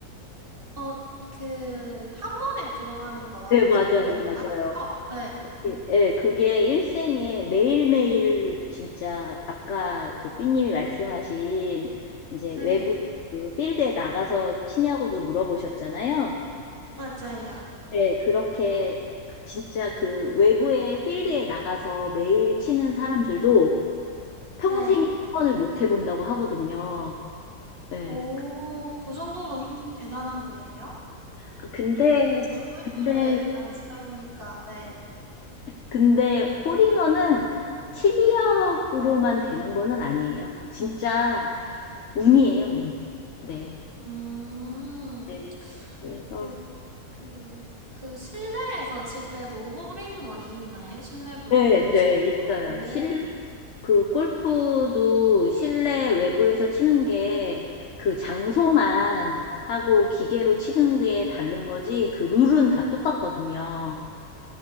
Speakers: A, on the right (about 35°); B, on the left (about 55°).
A: 어, 그, 한 번에 들어가는 거 맞죠?
B: 네, 맞아요,
A: 아닌가?
B: 맞아요.
A: 어, 네,
B: 예, 예, 그게 일생에 매일매일 진짜 아까 그 삐님이 말씀하신 이제 외부
A: 네,
B: 그 필드에 나가서 치냐고도 물어보셨잖아요.
A: 맞아요.
B: 예, 그렇게 진짜 그 외부의 필드에 나가서 매일 치는 사람들도 평생에
A: 네.
B: 한 번을 못 해본다고 하거든요. 예.
A: 오, 그 정도로 힘, 대단한 거예요?
B: 아, 근데,
A: 네, 전 골프를
B: 근데,
A: 안 치다 보니까, 네.
B: 근데 홀인원은 실력으로만 되는 거는 아니에요. 진짜 운이에요, 운. 네.
A: 음,
B: 네. 그래서,
A: 그, 그, 그 실내에서 칠 때도 홀인원이 있나요? 실내 골프에서
B: 네, 네,
A: 칠
B: 있어요.
A: 때도? 오,
B: 실, 그 골프도 실내 외부에서 치는 게 그 장소만 하고 기계로 치는 게 다른 거지 그 룰은 다 똑같거든요.